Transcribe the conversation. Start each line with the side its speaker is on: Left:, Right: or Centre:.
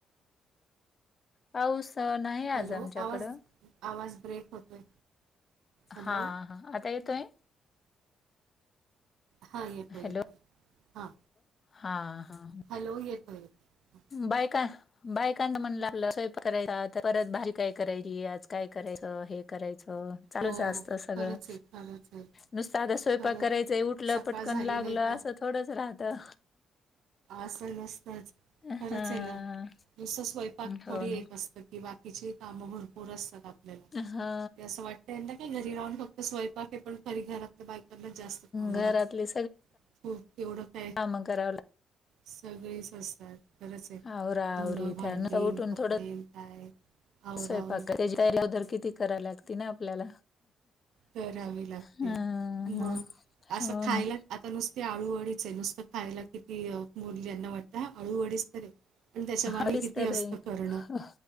Left: पाऊस तर नाही
Right: हॅलो,
Left: आज आमच्याकडं
Right: आवाज आवाज ब्रेक होतोय. हॅलो
Left: हा हा, आता येतोय?
Right: हा येतोय.
Left: हॅलो
Right: हां,
Left: हा हा.
Right: हॅलो येतोय. येतोय.
Left: बायकां बायकांत म्हणल आपला स्वयंपाक करायचा, परत भाजी काय करायची आज काय करायचं? हे करायचं, चालूच
Right: हो,
Left: असत सगळं.
Right: खरंच आहे, खरंच आहे,
Left: नुसतं आता स्वयंपाक
Right: खरंच.
Left: करायचंय उठल
Right: सकाळ
Left: पटकन
Right: झाली
Left: लागलं
Right: नाही का
Left: असं थोडंच राहतं.
Right: असं नसतच
Left: हा
Right: खरंच आहे ना नुसत स्वयंपाक
Left: हो
Right: थोडी
Left: ना
Right: एक असत की बा इजीली काम भरपूर असतात आपल्याला,
Left: हा
Right: ते असं वाटत ना की घरी राहून फक्त स्वयपाक आहे, पण तरी घरातल बायका त्यांना जास्त कामं
Left: घरातली
Right: राहतात, हो केवढं काय
Left: मग कराव ला
Right: सगळेच असतात. खरच आहे,
Left: आवरा
Right: धुणं,
Left: आवरी
Right: भांडी,
Left: त्या नुसतं उठून
Right: कपडे
Left: थोडं
Right: काय आवरावरी
Left: स्वयंपाक कर- त्याची तयारी तर किती करायला लागते ना आपल्याला.
Right: करावी लागते
Left: हा
Right: मग अस
Left: हो
Right: खायला.
Left: ना
Right: आता नुसती आळूवडीच आहे, नुसतं खायला किती मोडली यांना वाटतं, हा आळूवडीच तर आहे. पन त्याच्या मागे
Left: अडीच
Right: किती
Left: तर
Right: असतं
Left: आहे.
Right: करणं,